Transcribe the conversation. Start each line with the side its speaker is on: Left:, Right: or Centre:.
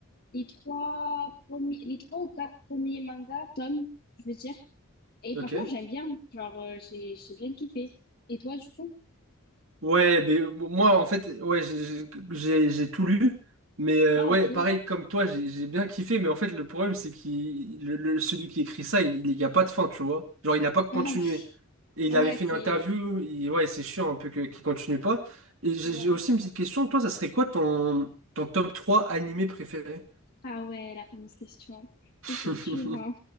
Left: les trois premiers, les trois ou quatre premiers mangas, tomes, je veux dire. Et
Right: Ok.
Left: franchement, j'aime bien. Genre, euh, j'ai, j'ai bien kiffé. Et toi, du coup?
Right: Ouais, mais moi, en fait, ouais, j'ai j'ai- j'ai- j'ai tout lu. Mais euh,
Left: Ah,
Right: ouais,
Left: ok.
Right: pareil, comme toi, j'ai j'ai bien kiffé. Mais en fait, le problème, c'est que celui qui écrit ça, il n'y a pas de fin, tu vois. Genre, il n'a pas continué.
Left: Ah oui.
Right: Et il
Left: Ouais,
Right: avait fait
Left: c'est...
Right: une interview, il- ouais, c'est chiant un peu que, qu'il continue pas. Et j'ai
Left: Ouais.
Right: j'ai aussi une petite question, toi, ça serait quoi ton, ton top 3 animé préféré?
Left: Ah ouais, la fameuse question.
Right: <laughs>
Left: C'est c'est dur, hein.